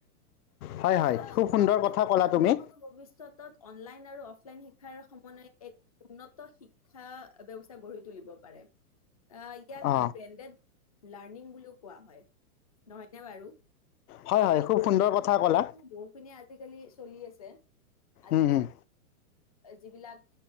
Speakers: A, on the left; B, on the left.
A: হয় হয়
B: অ,
A: খুব সুন্দৰ
B: কি
A: কথা ক'লা
B: মোৰ
A: তুমি
B: মতে ভৱিষ্যতত অনলাইন আৰু অফ লাইন শিক্ষাৰ সমন্বয়ে এক উন্নত শিক্ষা ব্যৱস্থা গঢ়ি তুলিব পাৰে। অ ইয়াত
A: অ
B: ব্ৰেনডেড লাৰনিং বুলিও কোৱা হয়। নহয়নে বাৰু?
A: হয় হয়, খুব সুন্দৰ কথা কলা।
B: বহুখিনি আজিকালি চলি আছে। আজিকালি
A: উম উম
B: যিবিলাক